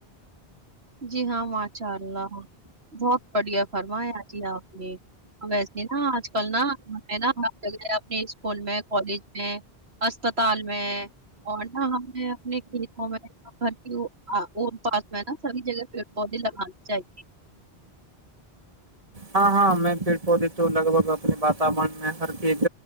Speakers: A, on the right; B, on the right.
A: جی ہاں ماشاء اللہ بہت بڑھیا فرمایا جی آپ نے ویسے نا آج کل نا ہے نا ہر جگہ اپنے اسکول میں کالج اسپتال میں اور نہ ہمیں اپنے کلینکوں میں گھر کی ا پاس میں نا سبھی جگہ پیڑ پودے لگانے چاہیے
B: ہاں ہاں میں پیڑ پودے تو لگ بھگ اپنے واتاورن میں ہر چیز